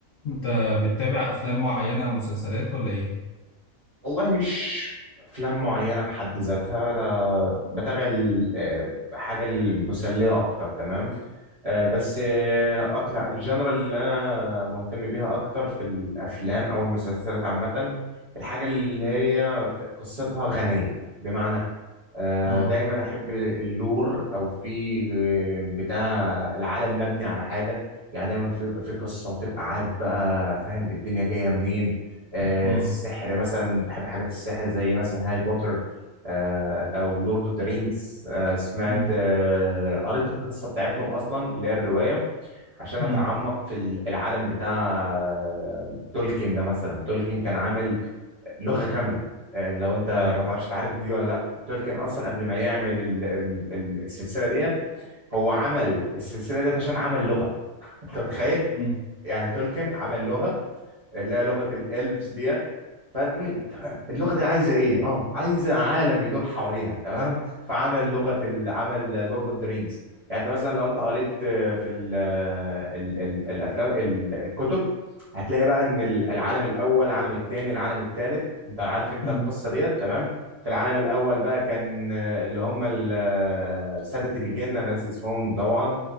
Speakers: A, on the left; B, on the right.
A: انت بتتابع افلام معينه او مسلسلات ولا ايه
B: والله مش افلام معينه بحد ذاتها انا بتابع ال- آه، حاجه المسليه اكتر تمام آه، بس آه، اقلع الجنرال اللي انا مهتم بيها اكتر في الافلام او المسلسلات عامه الحاجه اللي هي في- قصتها غنيه بمعنى آه،
A: امم
B: دايما احب اللور او في آه، بتاع العالم مبني على حاجه يعني دايما في- بيبقى في قصه تبقى عارف بقى فاهم الدنيا جايه منين آه،
A: امم
B: السحر مثلا بحب حاجات السحر زي مثلا هاري بوتر آه، او لورد اوف ذا رينجز سمعت
A: امم
B: آه، قريت القصه بتاعتهم اصلا اللي هي الروايه عشان
A: امم
B: اتعمق في العالم بتاع آه، تولكين ده مثلا تولكين كان عامل لغة كاملة آه، لو انت
A: ايوه
B: ما تعرفش تعرف دي ولا لا تولكين اصلا قبل ما يعمل ال- ال- ال- السلسلة ديت هو عمل السلسلة ديت عشان عمل لغة انت متخيل
A: امم
B: يعني تولكين عمل لغة اللي هي لغه الالفز ديت فن تمام اللغه دي عايزه ايه اه عايزه عالم يدور حواليها تمام فعمل لغه ال- عمل لورد اوف ذا رينجز يعني انت مثلا لو انت قريت آه، في ال آه، ال ال الافلام ال- الكتب هتلاقي بقى ان ال- العالم الاول العالم الثاني العالم الثالث انت عارف انت
A: امم
B: القصه ديت تمام في العالم الاول بقى كان آه، اللي هم ال- آه، ساده الجن انا ناسي اسمهم طبعا